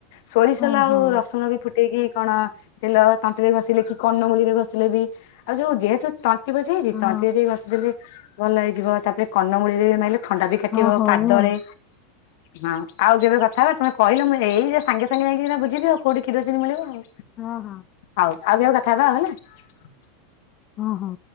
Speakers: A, on the left; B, on the left.
A: ସୋରିଷ
B: ହଁ
A: ତେଲ ଆଉ
B: ହଉ
A: ରସୁଣ ବି ଫୁଟେଇକି କଣ ତେଲ ତଣ୍ଟିରେ ଘଷିଲେ କି କନମୂଳିରେ ଘଷିଲେ ବି ଆଉ ଯୋଉ ଯେହେତୁ ତ ତଣ୍ଟି ବସିଯାଇଚି।
B: ହଁ
A: ତଣ୍ଟି ଟା ଟିକେ ଘଷିଦେଲେ ଭଲ ହେଇଯିବ। ତାପରେ କନମୂଳିରେ ମାଇଲେ ଥଣ୍ଡା ବି କାଟିବ।
B: ହଁ ହଉ
A: ପାଦରେ
B: ଆଉ
A: ହଁ, ଆଉ କେବେ କଥା ହେବା। ତୋମେ କହିଲ ମୁଁ ଏଇରେ ସାଙ୍ଗେ ସାଙ୍ଗେ ଯାଇକି ଏଇନା ବୁଝିବି ଆଉ କୋଉଠି କିରୋସିନି ମିଳିବ ଆଉ।
B: ହଁ, ହଁ।
A: ହଉ ଆଉ କେବେ କଥା ହେବା ହେଲା।
B: ହଁ, ହଁ।